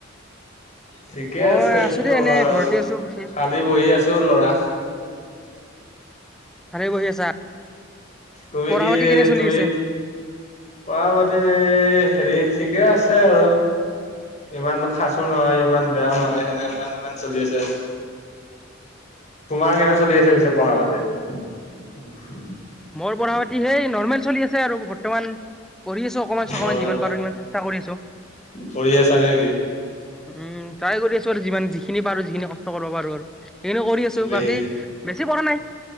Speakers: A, on the left; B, in the centre.
A: ঠিকে
B: মই
A: আছে
B: আছো
A: কি
B: দেই
A: কবা
B: এনে
A: আৰু
B: ঘৰতে আছো পিছে।
A: খালী বহি আছো লৰা
B: সাৰে বহি আছা।
A: তুমি
B: পঢ়া
A: কি
B: পাতি কেনে চলি
A: তুমি,
B: আছে?
A: পঢ়াপাতি হেৰি ঠিকে আছে আৰু, ইমান খাচো নহয় ইমান বেয়াও নহয় সেনে ইমান ইমান চলি আছে। তোমাৰ কেনে চলি
B: উম
A: আছে পিছে পঢ়া পাতি? উ। <inaudible>
B: মোৰ পঢ়া পাতি সেই নৰ্মেল চলি আছে আৰু বৰ্তমান। উম। পঢ়ি আছো অকমান চকমান
A: নৰ্মেল
B: যিমান পাৰো সিমান চেষ্টা কৰি আছো,
A: পঢ়ি আছা নেকি
B: উম ট্ৰাই কৰি আছো আৰু যিমান যিখিনি পাৰো যিখিনি কষ্ট কৰিব পাৰো আৰু। সেইটো কৰি আছো
A: দেই
B: বাকী, বেছি কৰা নাই